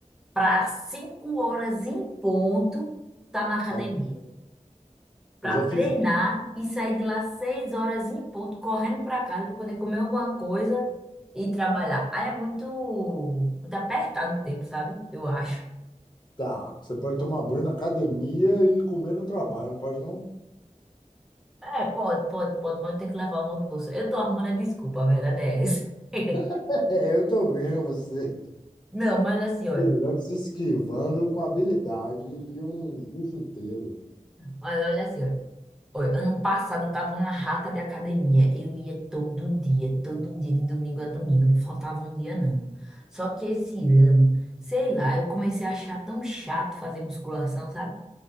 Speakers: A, in the centre; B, on the left.
A: para 5 horas em ponto estar na academia.
B: Tá?
A: para
B: Eu já
A: treinar
B: fiz.
A: e sair de lá seis horas em ponto, correndo para casa para poder comer alguma coisa e trabalhar. Aí é muito, muito apertado o tempo, sabe? Eu acho.
B: Tá, você pode tomar banho na academia e comer no trabalho, não pode não?
A: É, pode, pode, pode, mas eu tenho que levar um monte de bolsa. Eu tô arrumando a desculpa, a verdade é essa. <laughs>
B: <laughs> É, eu tô vendo você.
A: Não, mas assim, olha.
B: Pelé se esquivando com a habilidade de um jiu-jiteiro.
A: Mas olha assim, olha. Oi, ano passado eu tava uma rata de academia. Eu ia todo dia, todo dia, de domingo a domingo. Não faltava um dia, não. Só que esse ano, sei lá, eu comecei a achar tão chato fazer musculação, sabe?